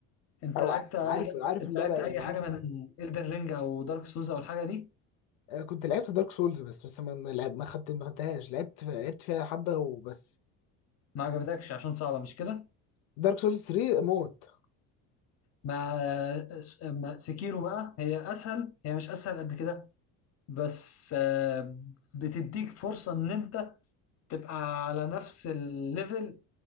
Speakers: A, on the left; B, on the left.
A: انت
B: او
A: لعبت
B: ع-
A: اي
B: عارف عارف
A: انت
B: اللعبه
A: لعبت
B: يعني
A: اي حاجة
B: عارف
A: من إلدن رينج او دارك سولز او الحاجة دي
B: آه، كنت لعبت دارك سولز بس بس ما ما لعب ما خدت ما خدتهاش لعبت في- لعبت فيها حبه وبس
A: ما عجبتكش عشان صعبة مش كده
B: دارك سولز 3 موت
A: مع مع سكيرو بقى هي اسهل هي مش اسهل قد كده بس آه، بتديك فرصة ان انت تبقى على نفس الليفل